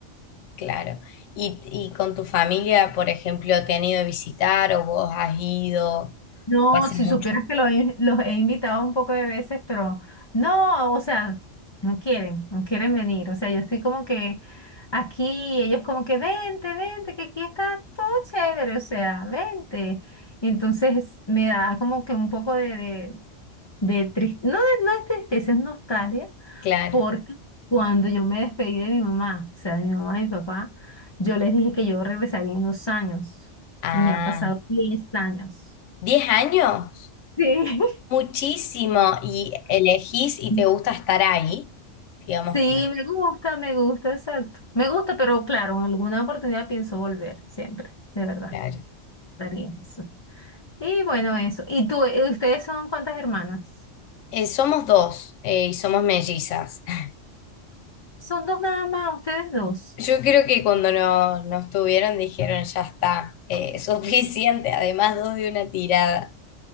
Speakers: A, on the left; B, on the left.
A: claro. Y, y con tu familia, por ejemplo, te han ido a visitar o vos has ido,
B: No,
A: o hace
B: si
A: mucho,
B: supieras que lo he- los he invitado un poco de veces, pero no, o sea, no quieren, no quieren venir. O sea, yo estoy como que aquí, y ellos como que vente, vente, que aquí está todo chévere, o sea, vente. Y entonces me da como que un poco de, de, de tris- no, de- no es tristeza, es nostalgia,
A: claro.
B: porque cuando yo me despedí de mi mamá, o sea, de mi mamá y mi papá, yo les dije que yo regresaría en dos años,
A: Ah,
B: y ya han pasado 10 años.
A: 10 años,
B: Sí.
A: muchísimo. Y elegís y
B: <laughs>
A: te gusta estar ahí, digamos,
B: Sí,
A: pa-
B: me gusta, me gusta, exacto. Me gusta, pero claro, en alguna oportunidad pienso volver, siempre, de verdad,
A: claro.
B: daría eso. Y bueno, eso. ¿Y tú, eh, ustedes son cuántas hermanas?
A: Eh, somos dos eh, y somos mellizas. <laughs>
B: Son dos nada más, ustedes dos.
A: Yo creo que cuando nos, nos tuvieron dijeron, ya está, eh, <laughs> suficiente, además dos de una tirada.